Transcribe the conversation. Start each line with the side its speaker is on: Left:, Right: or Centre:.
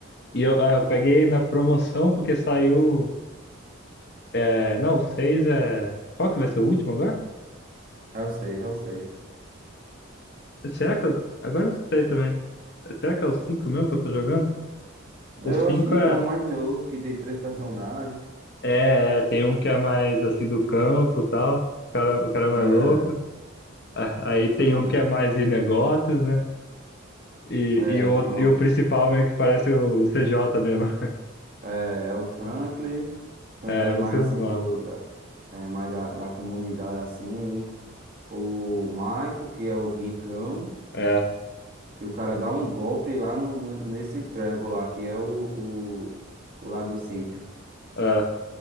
Left: E eu, ah, eu peguei na promoção porque saiu. É, não, o 6 é. Qual que vai ser o último agora?
Right: É o 6 é o seis
Left: Será que eu. Agora eu não sei também. Será que é o 5 mesmo que eu tô jogando?
Right: Eu
Left: O 5
Right: acho que é um mais novo, que tem três personagens.
Left: É, é, tem um que é mais assim do campo e tal, o cara, o cara é mais
Right: É,
Left: louco. Ah, Aí
Right: isso
Left: tem
Right: mesmo.
Left: um que é mais de negócios, né? E,
Right: É,
Left: e, o outro,
Right: pronto.
Left: e o principal meio que parece o CJ mesmo. <laughs>
Right: É, é o Franklin. Franklin
Left: É,
Right: é mais
Left: não sei os
Right: assim,
Left: nomes.
Right: do, da, é mais da, da comunidade, assim. O Michael, que é o ricão.
Left: É,
Right: E o cara dá um golpe lá no, no- nesse Trevor lá, que é o, o, o lá do sítio.
Left: é.